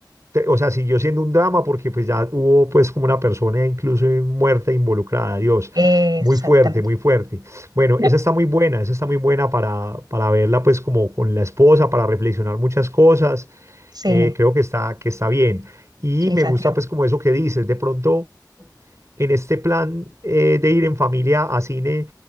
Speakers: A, on the right; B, on the right.
A: te- o sea, siguió siendo un drama porque pues ya hubo pues como una persona incluso muerta involucrada, Dios.
B: Exactamente.
A: Muy fuerte, muy fuerte. Bueno,
B: No,
A: esa está muy buena, esa está muy buena para, para verla pues como con la esposa, para reflexionar muchas cosas.
B: sí,
A: eh, creo que está, que está bien. Y
B: sí,
A: me
B: Santiago.
A: gusta pues como eso que dices, de pronto en este plan eh, de ir en familia a cine,